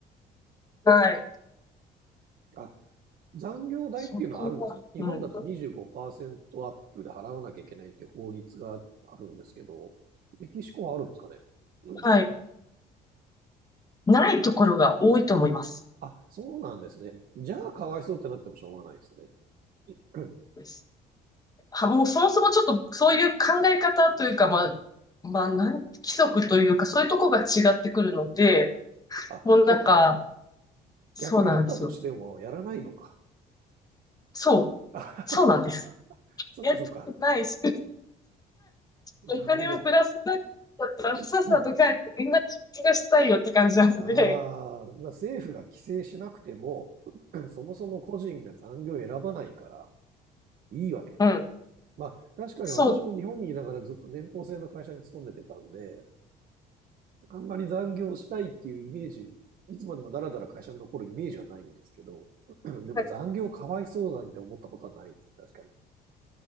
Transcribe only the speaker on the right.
あ、残業代っていうのはあるんですか日本だと25%
アップで払わなきゃいけないっていう法律があるんですけど、メキシコはあるんですかねうん。
あ、そうなんですね。じゃあ、かわいそうってなってもしょうがないですね。うん
あ、
そうか。
逆にあったとしてもやらないのか。
<laughs>
そっかそっか。
なるほど。
<clears throat>
ああ、だから政府が規制しなくても、<clears throat> そもそも個人が残業を選ばないからいいわけだ。
まあ、確かに私も日本にいながらずっと年俸制の会社に勤めてたんで、
あんまり残業したいっていうイメージ、いつまでもだらだら会社に残るイメージはないんですけど、<clears throat> でも残業かわいそうなんて思ったことはないです。
確かに。